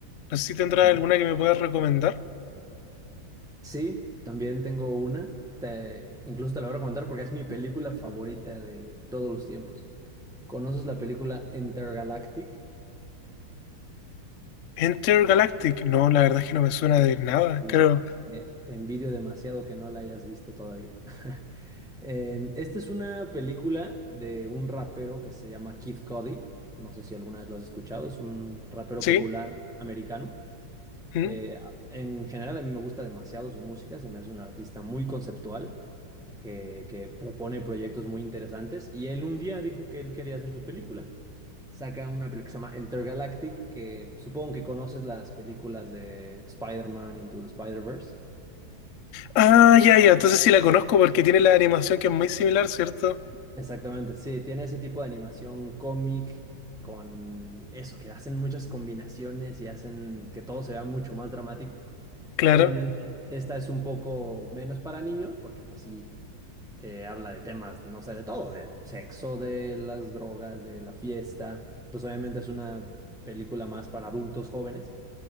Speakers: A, on the left (about 85°); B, in the centre.
A: No sé si tendrás
B: Ujú.
A: alguna que me puedas recomendar.
B: Sí, también tengo una, te- incluso te la voy a recomendar porque es mi película favorita de todos los tiempos. ¿Conoces la película Intergalactic?
A: Enter Galactic. No, la verdad es que no me suena de nada,
B: Uy,
A: creo.
B: Eh, te envidio demasiado que no la hayas visto todavía. <laughs> Eh, esta es una película de un rapero que se llama Kid Cudi. No sé si alguna vez lo has escuchado. Es un rapero
A: ¿Sí?
B: popular americano.
A: ¿Mm?
B: Eh, en general, a mí me gusta demasiado su música. Se me hace un artista muy conceptual que, que propone proyectos muy interesantes. Y él un día dijo que él quería hacer su película. Saca una película que se llama Intergalactic, que supongo que conoces las películas de Spider-Man Into the Spider-Verse.
A: Ah, ya, ya. Entonces sí la conozco porque tiene la animación que es muy similar, ¿cierto?
B: Exactamente, sí, tiene ese tipo de animación cómic con eso, que hacen muchas combinaciones y hacen que todo se vea mucho más dramático.
A: Claro,
B: Obviamente, esta es un poco menos para niños porque pues sí, eh, habla de temas, no sé, de todo, del sexo, de las drogas, de la fiesta. Entonces, obviamente es una película más para adultos jóvenes